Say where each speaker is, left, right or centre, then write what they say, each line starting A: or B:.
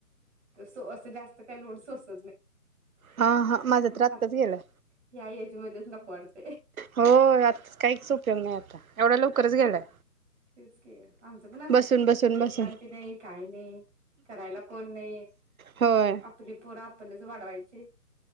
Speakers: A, on the right (about 50°); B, on the right (about 65°).
A: कसं असं जास्त काय लोड सोस <inaudible>
B: हा हा माझा तर आत्ताच
A: आता
B: गेलाय
A: या एज मध्येच नको वाडत
B: होय आता च काहीच उपयोग नाही आता एवढा लवकरच गेलाय
A: तेच की आमचं पण असंच
B: बसून
A: की
B: बसून
A: कुठ तरी विश्रांती
B: बसून
A: नाही काय नाही करायला कोण नाही
B: होय
A: आपली पोरं आपणच वाढवायची.